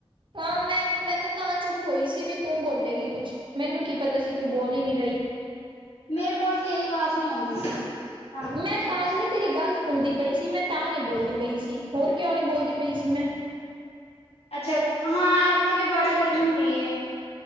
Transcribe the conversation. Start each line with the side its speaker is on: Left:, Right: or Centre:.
Right: ਹਾਂ, ਮੈਂ ਮੈਂ ਤਾਂ-ਤਾਂ ਚੁੱਪ ਹੋਈ ਸੀ ਵੀ ਤੂੰ ਬੋਲੇਗੀ ਕੁਛ ਮੈਨੂੰ ਕੀ ਪਤਾ ਸੀ, ਤੂੰ ਬੋਲ ਹੀ ਨਹੀਂ ਰਹੀ।
Left: ਮੇਰੇ ਕੋਲ ਤੇਰੀ ਆਵਾਜ਼ ਨਹੀਂ ਆਉਂਦੀ ਸੀ। ਤਾਂ ਕਰਕੇ
Right: ਮੈਂ
Left: ਚੁੱਪ
Right: ਪਾਗਲੇ ਤੇਰੀ ਗੱਲ ਸੁਣਦੀ ਪਈ ਸੀ, ਮੈਂ ਤਾਂ ਨਹੀਂੀ ਬੋਲਦੀ ਪਈ ਸੀ ਹੋਰ ਕਿਉਂ ਨੀ ਬੋਲਦੀ ਪਈ ਸੀ ਮੈਂ,
Left: ਅੱਛਾ ਹਾਂ ਇੱਥੇ ਵੀ ਬਾਹੀ ਗਰਮੀ ਹੋਈ ਹੈ।